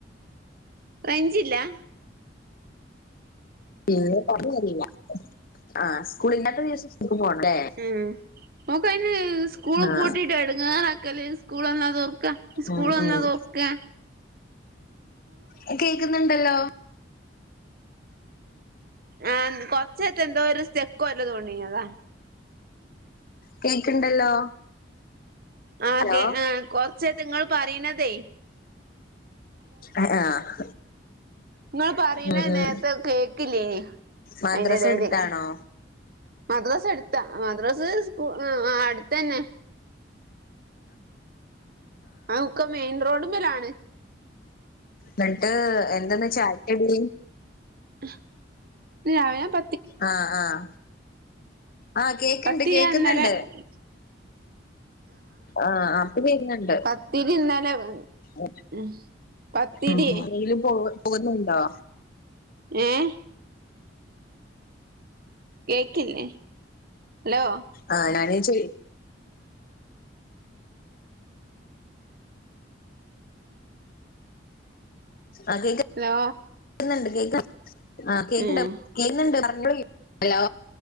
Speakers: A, on the right (about 55°); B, on the left (about 50°).
A: റെയ്ഞ്ചില്ലാ
B: ഇങ്ങനെ <unintelligible> യില്ല ആഹ് സ്കൂള് ഇല്ലാത്ത ദിവസം സ്‌കൂൾക്ക് പോവണ്ടേ
A: ഉം മോക്ക് അയ്ന് സ്കൂള്
B: ആഹ്
A: പൂട്ടിയിട്ട് എടങ്ങേറ് ആക്കലെയ് സ്കൂള് എന്നാ തൊർക്കാ ഇസ്കൂള്
B: ഉം
A: എന്നാ
B: ഉം
A: തൊക്കാ
B: എഹ് കേക്ക്ന്ന്ണ്ടല്ലോ
A: ആഹ് ന്ന് കൊർച്ച് ആയ്ട്ട് എന്തോ ഒര് സ്റ്റെക്ക് പോലെ തോണി അതാ
B: കേക്ക്ണ്ടല്ലോ
A: ആഹ്
B: ഹലോ
A: കേ ആഹ് കൊർച്ചേര്ത്ത് ഇങ്ങള് പറീണതെയ്
B: അഹ് ആഹ്
A: ഇങ്ങള് പറീണെഹ്
B: ഉം ഉം
A: നേരത്തെ അഹ് കേക്ക്ല്ലേയ്നി
B: മദ്രസ
A: അയിന്റെഎടേല്
B: എടുത്താണോ
A: മദ്‌റസ് എട്ത്ത മദ്രസ് സ്കൂ ആഹ് അഹ് അട്ത്തെന്നെ ആഹ് ഉക്കം മെയ്ൻ റോഡ്മ്മലാണ്
B: ന്ന്ട്ട് എന്തണ് ചായക്കടി
A: ഇഹ് ഞായാമ്പ
B: ആഹ് ആഹ് ആഹ് കേക്ക്ണ്ട്
A: പത്തിരിയാ
B: കേക്ക്ന്ന്ണ്ട്
A: ഇന്നലെ
B: ആഹ് അഹ് ഇപ്പക്കേക്ക്ന്ന്ണ്ട്
A: പത്തിരി ഇന്നലെ
B: ആഹ്
A: ഉം പത്തിരി
B: ആഹ് ആഹ് ആരെങ്കിലും പോവ് പോര്ണ് ണ്ടോ
A: ഏഹ് കേക്കില്ലേ ഹലോ
B: അ ആ ഞാനേച്ചെ ആ കേക്ക്
A: ഹലോ
B: ക്ക്ന്ന്ണ്ട് കേക്ക് ആ കേക്ക്
A: ഉം
B: കേന്നുണ്ട് പറഞ്ഞോളി ഹലോ